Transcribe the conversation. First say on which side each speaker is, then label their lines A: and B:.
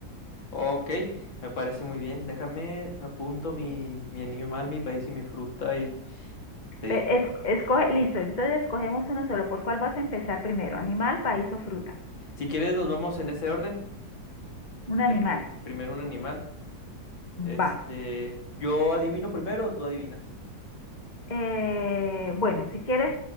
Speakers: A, on the left; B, on the left.
A: Ok, me parece muy bien. Déjame apunto mi, mi animal, mi país y mi fruta y te digo.
B: Ve- es- escoge, listo, entonces escogemos uno solo. ¿Por cuál vas a empezar primero? ¿Animal, país o fruta?
A: Si quieres, nos vamos en ese orden.
B: Un
A: Bueno,
B: animal.
A: Primero un animal. Este,
B: Va.
A: yo adivino primero o tú adivinas.
B: Eh, bueno, si quieres,